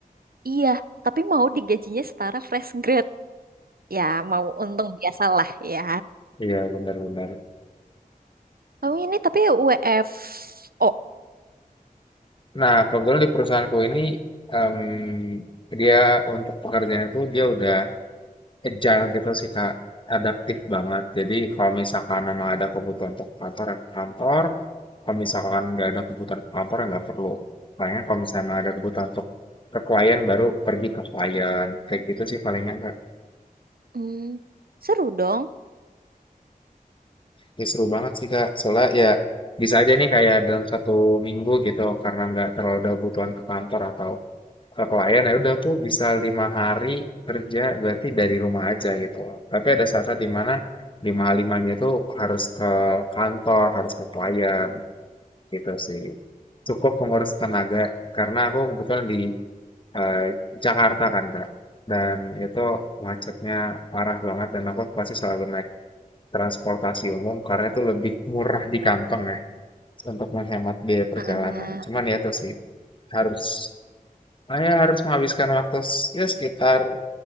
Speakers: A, on the right; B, on the left.
A: iya tapi mau digajinya setara fresh grad ya mau untung biasalah ya
B: Iya, benar-benar.
A: kamu ini tapi WFO
B: Nah, kebetulan di perusahaanku ini, em, dia untuk pekerjaan itu dia udah agile gitu sih, Kak. Adaptif banget. Jadi kalau misalkan memang ada kebutuhan untuk kantor, ya ke kantor. Kalau misalkan nggak ada kebutuhan ke kantor, ya nggak perlu. Palingan kalau misalnya memang ada kebutuhan untuk ke klien, baru pergi ke klien. Kayak gitu sih palingan,
A: Hmm, seru dong.
B: Ya, seru banget sih Kak. Soalnya ya bisa aja nih kayak dalam satu minggu gitu karena nggak terlalu ada kebutuhan ke kantor atau ke klien ya udah aku bisa lima hari kerja berarti dari rumah aja gitu. loh. Tapi ada saat-saat di mana lima hari limanya itu harus ke kantor, harus ke klien gitu sih. Cukup menguras tenaga karena aku kebetulan di eh, Jakarta kan Kak. Dan itu macetnya parah banget dan aku pasti selalu naik transportasi umum karena itu lebih murah di kantong ya untuk menghemat biaya perjalanan.
A: Ah,
B: Cuman ya itu sih harus saya harus menghabiskan waktu s- ya sekitar